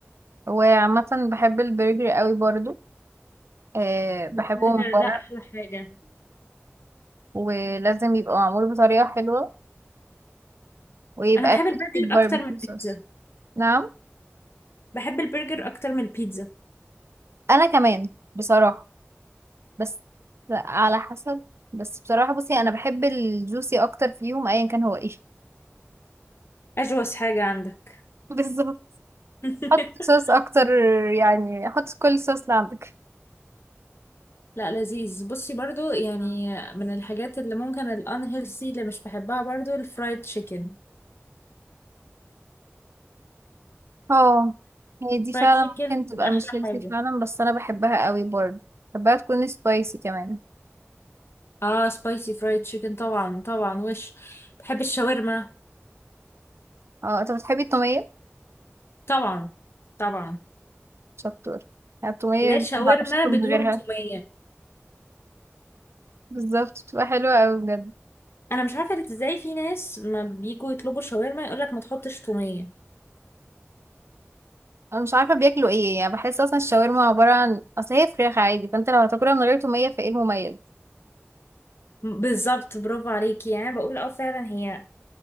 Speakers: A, on the right; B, on the left.
A: وعامة بحب البرجر قوي برضو أه بحبه
B: البرجر
A: من بره
B: ده أحلى حاجة
A: ولازم يبقى معمول بطريقة حلوة ويبقى
B: أنا بحب البرجر
A: فيه باربيكيو
B: أكتر من
A: صوص
B: البيتزا
A: نعم
B: بحب البرجر أكتر من البيتزا
A: أنا كمان بصراحة بس على حسب بس بصراحة بصي أنا بحب الجوسي أكتر فيهم أيا كان هو إيه
B: أجوز حاجة عندك
A: <laughs> بالظبط
B: <laughs>
A: حط صوص أكتر يعني حط كل صوص اللي عندك
B: لا لذيذ بصي برضو يعني من الحاجات اللي ممكن الانهيلثي اللي مش بحبها برضو الفرايد تشيكن
A: اه هي دي
B: فرايد
A: فعلا
B: تشيكن
A: ممكن تبقى
B: أحلى
A: مشكلتي
B: حاجة
A: فعلا بس انا بحبها قوي برضه بحبها تكون سبايسي كمان
B: اه سبايسي فرايد تشيكن طبعا طبعا وش بحب الشاورما
A: اه انت بتحبي التومية
B: طبعا طبعا
A: شطور يعني التومية
B: لا
A: دي
B: شاورما
A: ما بعرفش اكل
B: بدون
A: من غيرها
B: تومية
A: بالظبط بتبقى حلوة قوي بجد
B: انا مش عارفة ازاي في ناس ما بيجوا يطلبوا شاورما يقولك ما تحطش تومية
A: انا مش عارفة بياكلوا ايه يعني بحس اصلا الشاورما عبارة عن اصل هي فراخ عادي فانت لو هتاكلها من غير تومية فايه المميز
B: بالظبط برافو عليكي يعني أنا بقول اه فعلا هي